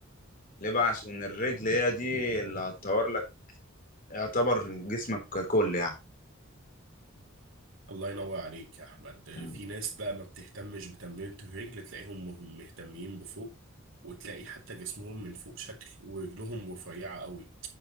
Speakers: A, on the left (about 40°); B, on the right (about 65°).
A: ليه بقى عشان الرجل هي دي اللي هتطور لك يعتبر جسمك ككل
B: الله ينور عليك يا احمد
A: يعني
B: في ناس بقى ما بتهتمش بتمرينة الرجل تلاقيهم مهم- مهتمين بفوق وتلاقي حتى جسمهم من فوق شكل ورجلهم رفيعة قوي